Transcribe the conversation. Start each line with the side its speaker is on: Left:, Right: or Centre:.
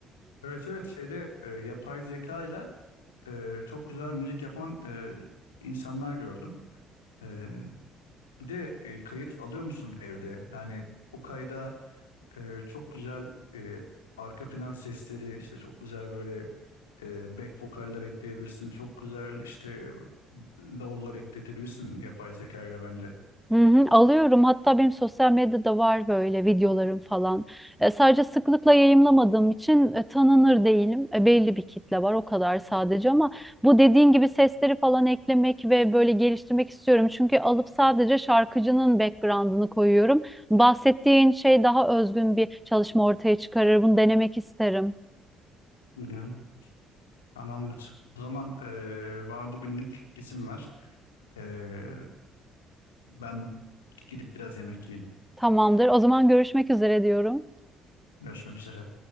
Left: Evet evet şeyde e, yapay zeka ile e, çok güzel müzik yapan e, insanlar gördüm. E, bir de e, kayıt alıyor musun evde? Yani o kayda Ee, çok güzel e, arka plan sesleri işte çok güzel böyle e, back vokaller ekleyebilirsin. Çok güzel işte davullar ekletebilirsin yapay zeka ile bence.
Centre: Hı hı, alıyorum. Hatta benim sosyal medyada var böyle videolarım falan. E, sadece sıklıkla yayımlamadığım için e, tanınır değilim. E, belli bir kitle var o kadar sadece ama bu dediğin gibi sesleri falan eklemek ve böyle geliştirmek istiyorum. Çünkü alıp sadece şarkıcının background'ını koyuyorum. Bahsettiğin şey daha özgün bir çalışma ortaya çıkarır. Bunu denemek isterim.
Left: Hı hı. Tamamdır. O zaman e, bana bugünlük izin ver. Ee, ben gidip biraz yemek yiyeyim.
Centre: Tamamdır. O zaman görüşmek üzere diyorum.
Left: Görüşmek üzere.